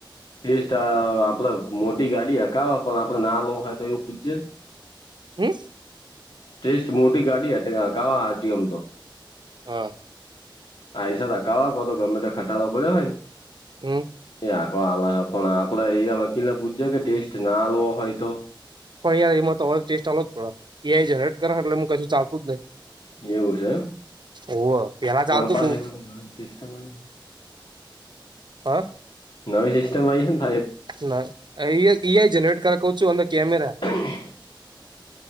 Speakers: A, on the left (about 70°); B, on the right (about 60°).
A: ત્રીસ આપડે મોટી ગાડી હ ક પણ આપડે ના લોવ હોય તો એવું પૂછજે ને.
B: હમ.
A: ટેસ્ટ મોટી ગાડી હ કાવાતીમ ર. ટી. ઓ માતો
B: હા
A: આિસા અકાવવા કો તો ગમે તે ખટાો કર્યો હોય ને.
B: હમ
A: એ આખો આ પણ આપડે એ વકીલે પૂછજ કે ટેસ્ટ ના આલવો હોય તો?
B: પણ યારમાં તમારે ટેસ્ટ ચાલો જ પડે એઆઈ જનરેટ કર એટલે કશું ચાલતું જ નહી.
A: એવું છે.
B: ઓવ પેલા ચાલતું
A: એમ પાછી
B: તું
A: નવી સિસ્ટમ આઈ
B: હ.
A: નવી સિસ્ટમ આઈ છેને
B: ના એ આઇ જનેરેટ કર કું અંદર કમેરા
A: હ.